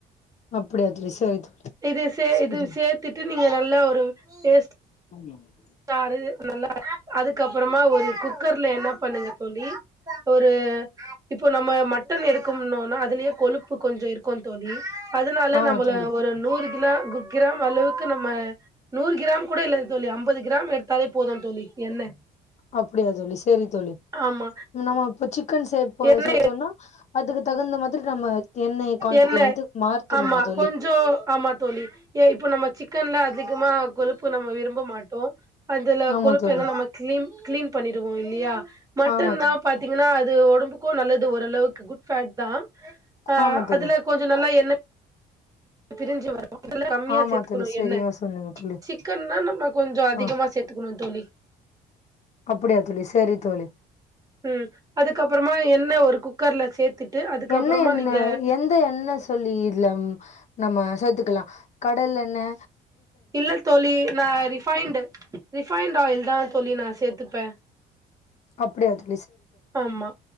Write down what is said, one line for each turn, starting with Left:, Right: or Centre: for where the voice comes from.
Left: அப்டியா தோழி செரி தோழி
Right: இது சே
Left: செரி
Right: இது
Left: தோழி
Right: சேத்துட்டு நீங்க நல்லா ஒரு பேஸ்ட்
Left: <unintelligible>
Right: சாரு நல்லா அதுக்கப் புறமா ஒரு குக்கர்ல என்ன பண்ணுங்க தோழி ஒரு இப்போ நம்ம மட்டன் எடுக்கம்னுன்னா அதுலேயே கொழுப்பு கொஞ்சோ இருக்கு தோழி அதனால
Left: ஆமா
Right: நம்பள
Left: தோழி
Right: ஒரு நூறு கிலா கிராம் அளவுக்கு நம்ம நூறு கிராம் கூட இல்ல தோழி அம்பது கிராம் எடுத்தாலே போதுந் தோழி எண்ணெ
Left: அப்படியா தோழி செரி தோழி
Right: ஆமா
Left: நம்ம இப்ப சிக் கன் சேர்ப்போ
Right: என்ன
Left: சேர்த்தோன்னா அதுக்கு தகுந்த மாதிரி நம்ம எண்ணெய் குவான்டிட்டி
Right: என்ன
Left: வந்து மார்த்தணுமா
Right: ஆமா
Left: தோ
Right: கொஞ்சோ ஆமா தோழி ஏ இப்போ நம்ம சிக் க்கன்ல அதிகமா கொழுப்பு நம்ம விரும்ப மாட்டோ அதுல
Left: ஆமா
Right: கொழுப்பு
Left: தோழி
Right: எல்லா நம்ம கிளீன் கிளீன் பண்ணிடுவோ இல்லையா மட்டன்னா
Left: ஆமா தோழி
Right: பாத்தீங்கன்னா அது உடம்புக்கு நல்லது ஓரளவுக்கு குட் ஃபேட்தா அ
Left: ஆமா தோழி
Right: அதுல கொஞ்சோ நல்லா எண்ணே பிரிஞ்சிவ மொதல்ல கம்மியா
Left: ஆமா
Right: சேத்துக்கணு
Left: தோழி சரியா
Right: எண்ணெ
Left: சொன்னீங்க தோழி
Right: சிக்கன்னா நம்ம கொஞ்சோ அதிகமா
Left: ஆ
Right: சேத்துக்கணு தோழி
Left: அப்படியா தோழி செரி தோழி
Right: உம் அதுக்கப்புறமா எண்ணெ ஒரு குக்கர்ல சேத்துட்டு அதுக்கப்புறமா
Left: என்ன எண்ணெ
Right: நீங்க
Left: எந்த எண்ணெ சொல்லி இதுல நம்ம சேத்துக் க்கலா கடலெண்ணெ
Right: இல்ல தோழி நா ரிஃபைன்டு் ரிஃபைன்ட் ஆயில் தா தோழி நா சேத்து ப
Left: அப்படியா தோ
Right: ஆமா